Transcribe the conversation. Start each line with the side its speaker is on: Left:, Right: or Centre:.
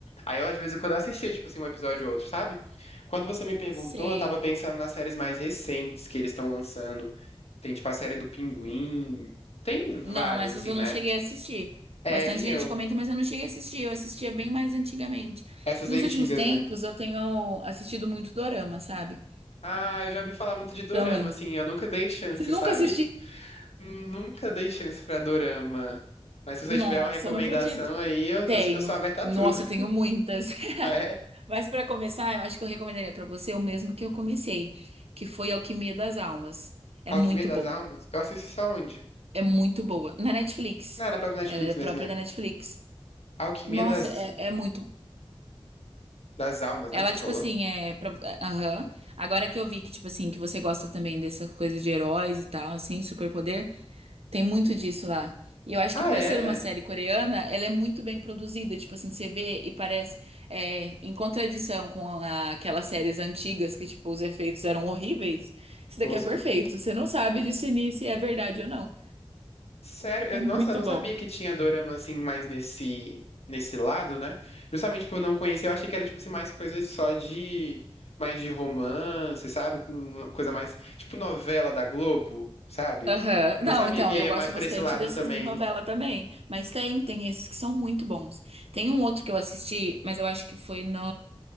Left: Aí eu de vez em quando assistia, tipo assim, um episódio ou outro, sabe? Quando você me perguntou,
Right: Sei.
Left: eu tava pensando nas séries mais recentes que eles estão lançando. Tem, tipo, a série do Pinguim. Tem várias,
Right: Não, essas
Left: assim,
Right: eu
Left: né?
Right: não cheguei a assistir.
Left: É,
Right: Bastante
Left: nem
Right: gente
Left: eu.
Right: comenta, mas eu não cheguei a assistir. Eu assistia bem mais antigamente.
Left: Essas
Right: Que nos
Left: antigas,
Right: últimos tempos
Left: né?
Right: eu tenho assistido muito dorama, sabe?
Left: Ah, eu já ouvi falar muito de dorama,
Right: Também.
Left: assim. Eu nunca dei chance,
Right: Você nunca
Left: sabe?
Right: assistiu?
Left: Nunca dei chance pra dorama. Mas se você
Right: Nossa,
Left: tiver uma recomendação
Right: não acredito.
Left: aí, eu,
Right: Tenho.
Left: eu, eu sou aberta a
Right: Nossa,
Left: tudo.
Right: eu tenho
Left: <laughs>
Right: muitas. <laughs>
Left: Ah, é?
Right: Mas para começar, eu acho que eu recomendaria para você o mesmo que eu comecei, que foi Alquimia das Almas. É
Left: Alquimia
Right: muito
Left: das
Right: bom.
Left: Almas? Eu assisto isso aonde?
Right: É muito boa. Na Netflix.
Left: Ah, na própria Netflix
Right: Ela é própria
Left: mesmo, né?
Right: da Netflix.
Left: Alquimia
Right: Nossa,
Left: das,
Right: é, é muito.
Left: das Almas,
Right: Ela,
Left: né? Que você
Right: tipo
Left: falou?
Right: assim, é. pra- Aham. Agora que eu vi que, tipo assim, que você gosta também dessa coisa de heróis e tal, assim, superpoder. Tem muito disso lá. E eu acho
Left: Ah,
Right: que por
Left: é?
Right: ser uma série coreana, ela é muito bem produzida. Tipo assim, você vê e parece é, em contradição com a- aquelas séries antigas que, tipo, os efeitos eram horríveis. Isso
Left: Toscos,
Right: daqui é perfeito.
Left: né?
Right: Você não sabe discernir se é verdade ou não.
Left: Sério, eu-
Right: É
Left: nossa,
Right: muito
Left: eu não
Right: bom.
Left: sabia que tinha dorama assim mais nesse nesse lado, né? Justamente por não conhecer, eu achei que era tipo assim mais coisa só de mais de romance, sabe? Uma coisa mais tipo novela da Globo, sabe?
Right: Aham. Não,
Left: Não sabia
Right: então,
Left: que
Right: eu
Left: ia
Right: gosto
Left: mais
Right: bastante
Left: pra esse lado
Right: dessas
Left: também.
Right: de novela também. Mas tem, tem esses que são muito bons. Tem um outro que eu assisti, mas eu acho que foi no.